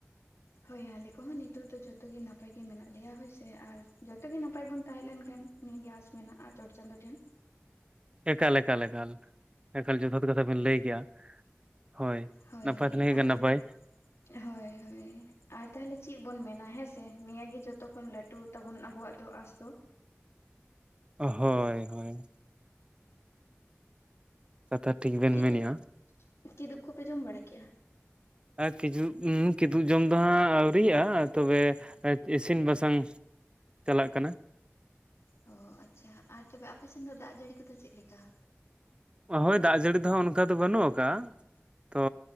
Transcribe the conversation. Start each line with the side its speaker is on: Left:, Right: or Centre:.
Left: ᱦᱳᱭ ᱟᱞᱮ ᱠᱚᱦᱚᱸ ᱱᱤᱛᱚᱜ ᱫᱚ ᱡᱚᱛᱚ ᱜᱮ ᱱᱟᱯᱟᱭ ᱜᱮ ᱢᱮᱱᱟᱜ ᱞᱮᱭᱟ ᱦᱳᱭ ᱥᱮ ᱟᱨ ᱡᱚᱛᱚ ᱜᱮ ᱱᱟᱯᱟᱭ ᱵᱚᱱ ᱛᱟᱦᱮᱸ ᱞᱮᱱ ᱠᱷᱟᱱ ᱱᱤᱭᱟᱹ ᱜᱮ ᱟᱸᱥ ᱢᱮᱱᱟᱜᱼᱟ ᱪᱚᱴ ᱪᱟᱸᱫᱳ ᱴᱷᱮᱱ᱾
Right: ᱮᱠᱟᱞ ᱮᱠᱟᱞ ᱮᱠᱟᱞ ᱮᱠᱟᱞ ᱡᱚᱛᱷᱟᱛ ᱠᱟᱛᱷᱟ ᱵᱤᱱ ᱞᱟᱹᱭ ᱠᱮᱫᱟ᱾ ᱦᱳᱭ
Left: ᱦᱳᱭ
Right: ᱱᱟᱯᱟᱭ ᱛᱟᱦᱮ
Left: ᱟᱨ
Right: ᱜᱟᱱ
Left: ᱛᱚᱵᱮ
Right: ᱱᱟᱯᱟᱭ
Left: ᱦᱳᱭ ᱦᱳᱭ ᱟᱨ ᱛᱟᱦᱚᱞᱮ ᱪᱮᱫ ᱵᱩᱱ ᱢᱮᱱᱟ ᱦᱮᱸᱥᱮ ᱱᱤᱭᱟᱹ ᱜᱮ ᱡᱷᱚᱛᱚᱠᱷᱚᱱ ᱞᱟᱹᱴᱩ ᱛᱟᱵᱩᱱ ᱟᱵᱚᱣᱟᱜ ᱫᱚ ᱟᱸᱥ ᱫᱚ᱾
Right: ᱦᱳᱭ ᱦᱳᱭ ᱠᱟᱛᱷᱟ ᱴᱷᱤᱠ ᱵᱮᱱ
Left: ᱠᱤᱫᱩᱵ
Right: ᱢᱮᱱᱮᱫᱼᱟ᱾
Left: ᱠᱤᱫᱩᱵ ᱠᱚᱯᱮ ᱡᱚᱢ ᱵᱟᱲᱟ ᱠᱮᱜᱼᱟ?
Right: ᱟᱨ ᱠᱤᱡᱩᱵ ᱩᱸ ᱠᱤᱫᱩᱵ ᱡᱚᱢ ᱫᱚ ᱦᱟᱸᱜ ᱟᱹᱣᱨᱤᱭᱟ ᱛᱚᱵᱮ ᱤᱥᱤᱱ ᱵᱟᱥᱟᱝ ᱪᱟᱞᱟᱜ ᱠᱟᱱᱟ᱾
Left: ᱚ ᱟᱪᱪᱷᱟ ᱟᱨ ᱛᱚᱵᱮ ᱟᱯᱮ ᱥᱮᱱ ᱫᱚ ᱫᱟᱜ ᱡᱟᱹᱲᱤ ᱠᱚᱫᱚ ᱪᱮᱫ ᱞᱮᱠᱟ?
Right: ᱦᱳᱭ ᱫᱟᱜ ᱡᱟᱹᱲᱤ ᱫᱚᱦᱟᱜ ᱚᱱᱠᱟ ᱫᱚ ᱵᱟᱹᱱᱩᱜ ᱟᱠᱟᱟᱜᱼᱟ᱾ ᱛᱚ